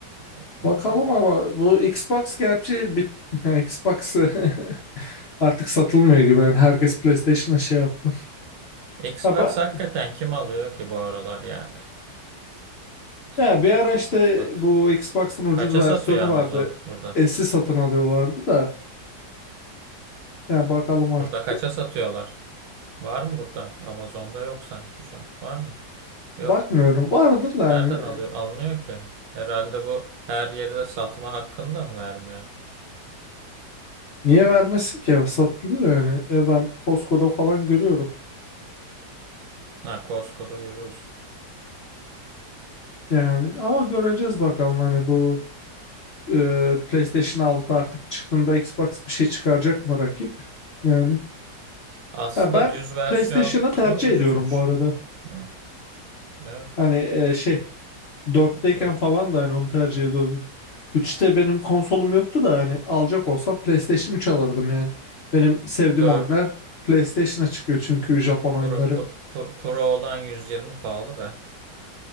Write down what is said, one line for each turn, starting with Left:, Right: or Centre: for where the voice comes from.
Right: ekmek,
Left: bakalım
Right: ekmek.
Left: ama bu Xbox gerçi bit <laughs> Xbox <laughs> artık satılmıyor gibi. Yani herkes PlayStation'a şey yaptı.
Right: Xbox
Left: Ya ben
Right: hakikaten kim alıyor ki bu aralar yani?
Left: Ya
Right: Xbox.
Left: bir ara işte
Right: Xbox.
Left: bu Xbox'ın ucuz
Right: Kaça
Left: versiyonu
Right: satıyor Amazon
Left: vardı.
Right: burada?
Left: S'i satın alıyorlardı da. Yani bakalım artık.
Right: Burada kaça satıyorlar? Var mı burada? Amazon'da yok sanki şu an. Var mı? Yok.
Left: Bakmıyorum. Vardır da yani.
Right: Nereden alıyor, alınıyor ki? Herhalde bu her yerde satma hakkını da mı vermiyor?
Left: Niye vermesin ki? Satılıyor yani. E, ben Costco'da falan görüyorum.
Right: Ha, Costco'da görüyoruz.
Left: Yani ama göreceğiz bakalım hani bu e, PlayStation 6 artık çıktığında Xbox bir şey çıkaracak mı rakip? Yani.
Right: Aslında
Left: Ya ben
Right: düz versiyonu
Left: PlayStation'ı tercih
Right: ucuzmuş.
Left: ediyorum bu arada.
Right: Ha, Evet,
Left: Hani e, şey Dörtteyken
Right: kırk Dört.
Left: falan da hani onu tercih ediyordum. Üçte benim konsolum yoktu da hani alacak olsam PlayStation 3 alırdım yani. Benim sevdiğim
Right: 4
Left: oyunlar PlayStation'a çıkıyor çünkü Japon oyunları.
Right: Pro, Pro, Pro, Pro olan 120 pahalı be.